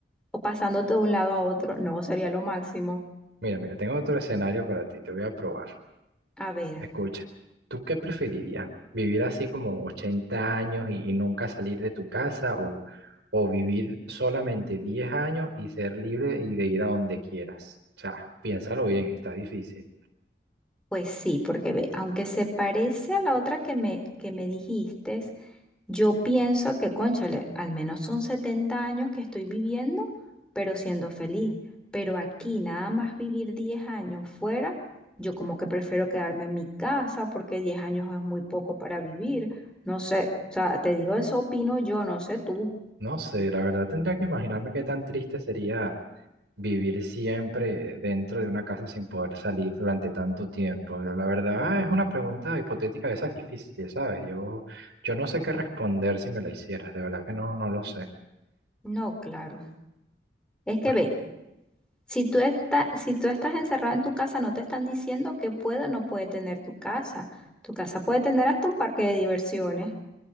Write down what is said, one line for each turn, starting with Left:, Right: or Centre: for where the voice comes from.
Centre: o pasándote de un lado a otro. No, sería lo máximo.
Right: Mira, mira, tengo otro escenario para ti, te voy a probar.
Centre: A ver.
Right: Escucha, ¿tú qué preferirías? ¿Vivir así como 80 años y, y nunca salir de tu casa o, o vivir solamente 10 años y ser libre y de ir a donde quieras? O sea, piénsalo bien, está difícil.
Centre: Pues sí, porque ve, aunque se parece a la otra que me, que me dijiste, yo pienso que, cónchale, al menos son 70 años que estoy viviendo, pero siendo feliz. Pero aquí nada más vivir 10 años fuera, yo como que prefiero quedarme en mi casa porque 10 años es muy poco para vivir. No sé, o sea, te digo, eso opino yo, no sé tú.
Right: No sé, la verdad tendría que imaginarme qué tan triste sería Vivir siempre dentro de una casa sin poder salir durante tanto tiempo. La verdad es una pregunta hipotética de esas difíciles, ¿sabes? Yo, yo no sé qué responder si me la hicieras, de verdad que no, no lo sé.
Centre: No, claro. Es que
Right: Porque,
Centre: ve, Si tú estás, si tú estás encerrado en tu casa, no te están diciendo que puede o no puede tener tu casa. Tu casa puede tener hasta un parque de diversiones.